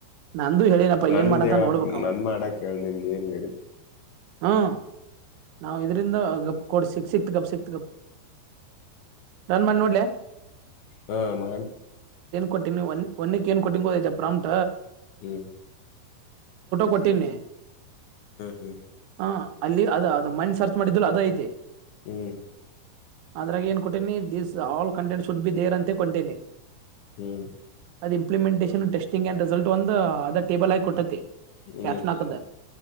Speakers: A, on the right (about 85°); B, on the left (about 70°).
A: ನಂದು ಹೇಳಿನಪ್ಪ
B: ನಂದ
A: ಏನ್ ಮಾಡತ್ತ
B: ಹೇಳಕ್
A: ನೋಡ್ಬೇಕ ಅವ
B: ನನ್ ಮಾಡ ಕೇಳ ನಿಿಂದ ಏನ್ ನಡಿದೆ
A: ಹ್ಮ್ ನಾವ್ ಇದರಿಂದ ಗ ಕೊಡ್ ಸಿಕ್ ಸಿಕ್ತ್ಗಪ್ ಸಿಕ್ತ್ಗಪ್ ನನ್ ಮನ್ ನೋಡ್ಲೆ
B: ಹಾ ಮಾಡ
A: ಕೊಟ್ಟಿ ಒ ಒನ್ನಿ ಏನ್ ಕೊಟ್ಟಿೋದ ಜಪ್ಪ್ರಾಂಟ
B: ಹ್ಮ್ ಹ್ಮ್
A: ಕೊಟ್ಟಿನಿ
B: ಹ್ಮ್
A: ಹಾ ಅಲ್ಲಿ ಅದ ಅದು ಮ ಸರ್ಚ್ ಮಾಡಿದ್ದ ಅದ ಐತೆ
B: ಹ್ಮ್
A: ಅದ್ರಾಗ ಏನ್ ಕೊಟ್ಟೀನಿ this all content should be there ಅಂತ ಕತೀನಿ
B: ಹ್ಮ್
A: ಅದು ಇಂಪ್ಲಿಮೆಂಟಷನ್ ಟೆಸ್ಟಿಡ್ ರಿಸಲ್ಟ್ ಒಂದು ಅದ ಟೇಬಲ್ ಹಾಕಿ ಕೊಟ್ಟೈತಿ
B: ಹ್ಮ್
A: ಕ್ಯಾಟ್ ಲಾಕ್
B: ಹ್ಮ್
A: ದ